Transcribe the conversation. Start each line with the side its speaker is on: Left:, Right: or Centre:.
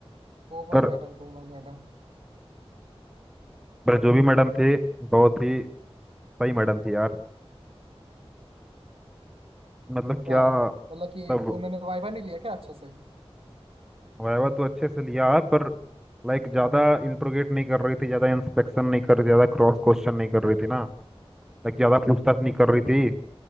Right: Komal
Centre: पर
Right: madam Komal madam
Centre: पर जो भी मैडम थी बहुत ही सही मैडम थी यार मतलब क्या
Right: क्या मतलब कि
Centre: मतलब
Right: उन्होंने वाइवा नहीं लिया क्या अच्छे से
Centre: वायवा तो अच्छे से लिया है पर लाइक ज़्यादा इंट्रोगेट नहीं कर रही थी ज़्यादा इंस्पेक्शन नहीं कर रही थी ज़्यादा क्रॉस क्वेश्चन नहीं कर रही थी ना लाइक ज़्यादा पूछताछ नहीं कर रही थी